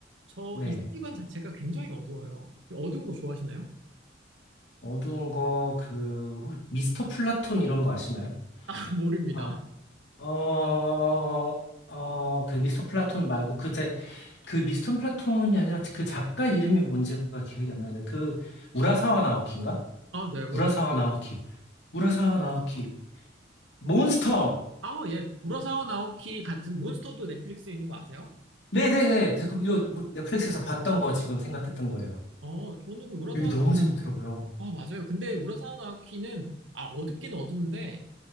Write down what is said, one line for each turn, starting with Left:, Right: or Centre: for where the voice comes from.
Right: 저
Left: 네.
Right: 이 세계관 자체가 굉장히 어두워요. 어두운 거 좋아하시나요?
Left: 어두운 거, 그, 혹- 미스터 플라톤 이런 거 아시나요?
Right: <laughs> 모릅니다.
Left: 아, 어, 어, 그 미스터 플라톤 말고, 그, 제, 그 미스터 플라톤이 아니라 그 작가 이름이 뭔지가 기억이 안 나네. 그, 우라사와 나오키인가?
Right: 아, 네, 그렇습니다.
Left: 우라사와 나오키. 우라사와 나오키. 몬스터!
Right: 아, 예. 우라사와 나오키 같은 몬스터도 넷플릭스에 있는 거 아세요?
Left: 네네네. 그, 요, 뭐, 넷플릭스에서 봤던 거 지금 생각했던 거예요.
Right: 어, 저는 우라사와
Left: 이게 너무
Right: 나오키,
Left: 재밌더라고요.
Right: 아, 맞아요. 근데 우라사와 나오키는, 아, 어둡긴 어두운데,